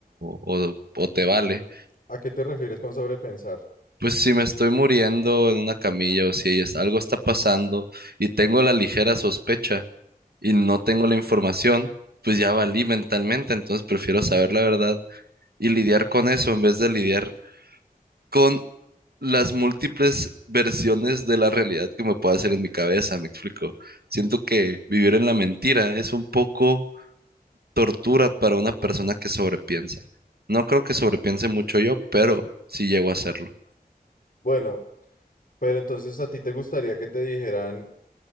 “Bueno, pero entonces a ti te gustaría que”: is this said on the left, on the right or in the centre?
Left